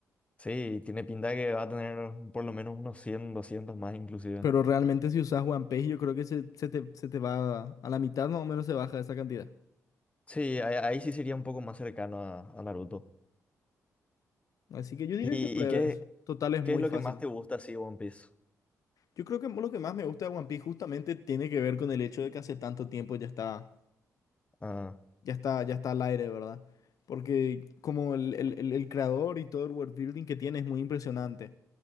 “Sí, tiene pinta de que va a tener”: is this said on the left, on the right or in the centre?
Left